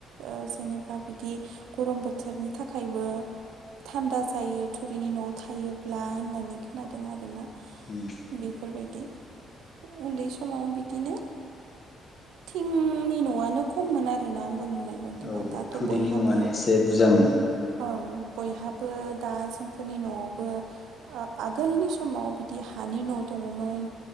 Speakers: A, on the right (about 85°); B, on the left (about 45°).
A: औ जेनेबा बिदि गरम बोथोरनि थाखायबो थान्दा जायो थुरिनि नआव थायोब्ला होननानै खोनादों आरोना
B: उम
A: बेफोरबायदि उन्दै समाव बिदिनो थिंनि नआनो खममोन आरोना आंबो नुनायबायदि बिदिबा
B: औ
A: दाथ
B: थुरिनि
A: बयहाबो
B: न'आनो एसे बुरजामोन
A: ओं बयहाबो दा जोंफोरनि नआवबो औ आगोलनि समाव बिदि हानि न दङमोन